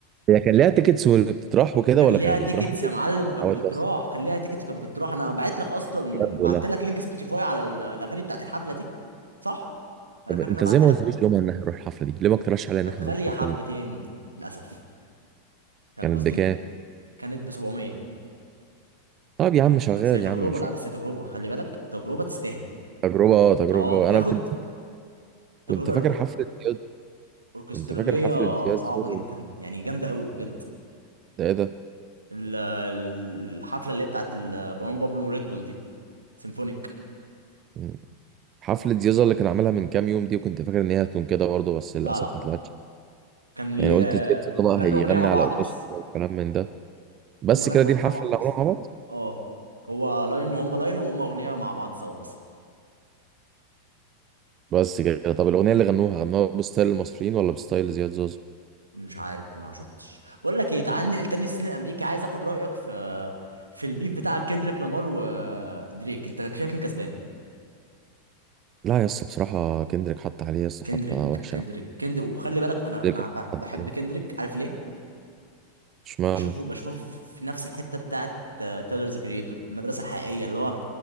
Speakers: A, on the right; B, on the right.
A: هي كان ليها تيكتس واللي بتطرح وكده
B: كان
A: ولا
B: ليها
A: كانت
B: تيكتس
A: بتطرح
B: يا معلم وكانت
A: بعواد
B: بتتراح
A: <laughs> بس
B: كان ليها تيكتس وكانت بتتراح انا بعت لك اصلا
A: بجد
B: بعت
A: والله
B: لك لينك سبوتيفاي على ال- الاغاني بتاعت الحفله دي صح انا
A: طب
B: فاكر
A: انت
B: ان انا بعت
A: زي ما
B: لك
A: قلتليش يوم ان احنا نروح الحفله دي ليه ما اقترحش عليا ان
B: كانت
A: احنا
B: غاليه
A: نروح الحفله
B: حبتين
A: دي
B: للاسف فاهم
A: كانت
B: قصدي
A: بكام
B: كانت ب 700
A: طب يا عم شغال
B: بس هي
A: يا
B: تجربه
A: عم مش
B: لا
A: وحش
B: بس هي تجربه خلي بالك تجربه تستاهل
A: تجربه اه تجربه
B: اه بتاخد
A: انا كنت كنت
B: تجربه
A: فاكر
B: أورك-
A: حفله زياد
B: اوركستراليه
A: كنت فاكر حفله زياد
B: صعبه
A: زوزة
B: جدا
A: دي
B: يعني جامده قوي بجد
A: ده ايه ده
B: ال- ال- الحفله اللي هي بتاعت ال- مروان بابلو وريد بول دي سيمفونيك
A: م. حفله زياد زوزة اللي كان عملها من كام يوم دي وكنت فاكر ان هي هتكون كده برضه بس للاسف
B: لا لا
A: ما طلعتش
B: كان لي-
A: يعني قلت
B: آه،
A: زياد زوزة
B: غنوا
A: بقى هيغني
B: اغنيه مع
A: على
B: بعض
A: اوركسترا
B: بس
A: والكلام من ده بس
B: هم غنوا
A: كده دي
B: اغنيه
A: الحفله
B: مع بعض
A: اللي
B: بس
A: عملوها مع بعض
B: اه هو لاين وهم لاين وهم اغنيه مع بعض سوا بس
A: بس كده طب الاغنيه اللي غنوها غنوها بستايل المصريين ولا بستايل زياد زوزة
B: مش عارف ما شفتش بقول لك ايه تعال ننقل تاني السن الامريكي عايز اخد رايك في في البيف بتاع كندريك لامار ودريك انت شايف مين كسبان
A: لا يا اسطى بصراحه كندريك حط عليه يا اسطى حطه
B: كندريك
A: وحشه
B: كندريك كندريك وخلي بالك انا
A: كندريك
B: انا ب-
A: حط
B: بحب
A: عليه
B: كندريك عارف ليه
A: اشمعنى
B: بشوفه بشوفه في نفس الحته بتاعه تايلرز كريتور المدرسه الحقيقيه اللي هو انا